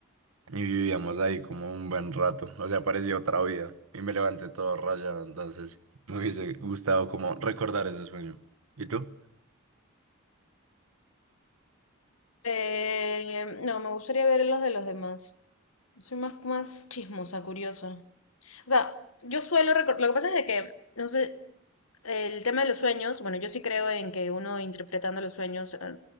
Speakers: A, on the right; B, on the left.
A: y vivíamos ahí como un buen rato, o sea, parecía otra vida y me levanté todo rayado, entonces me hubiese gustado como recordar ese sueño. ¿Y tú?
B: Eh, no, me gustaría ver los de los demás. Soy más, más chismosa, curiosa. O sea, yo suelo recordar, lo que pasa es de que, no sé, El tema de los sueños, bueno, yo sí creo en que uno interpretando los sueños eh,